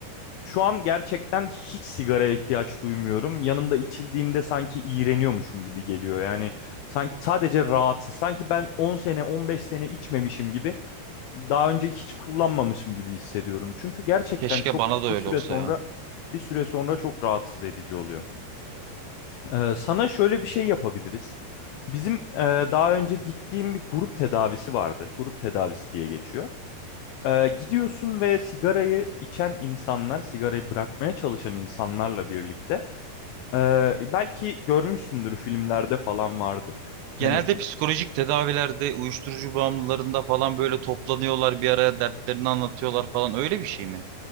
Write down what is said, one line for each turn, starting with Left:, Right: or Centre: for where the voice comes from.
Left: şu an gerçekten hiç sigaraya ihtiyaç duymuyorum. Yanımda içildiğinde sanki iğreniyormuşum gibi geliyor. Yani sanki sadece rahatsız. Sanki ben 10 sene, 15 sene içmemişim gibi daha önce hiç kullanmamışım gibi hissediyorum. Çünkü gerçekten
Right: Keşke
Left: çok
Right: bana
Left: bir
Right: da öyle
Left: süre
Right: olsa
Left: sonra
Right: ya.
Left: bir süre sonra çok rahatsız edici oluyor. Ee, sana şöyle bir şey yapabiliriz. Bizim e, daha önce gittiğim bir grup tedavisi vardı. Grup tedavisi diye geçiyor. Ee, gidiyorsun ve sigarayı içen insanlar, sigarayı bırakmaya çalışan insanlarla birlikte e, belki görmüşsündür filmlerde falan vardı.
Right: Genelde
Left: Hani
Right: psikolojik tedavilerde, uyuşturucu bağımlılarında falan böyle toplanıyorlar bir araya dertlerini anlatıyorlar falan öyle bir şey mi?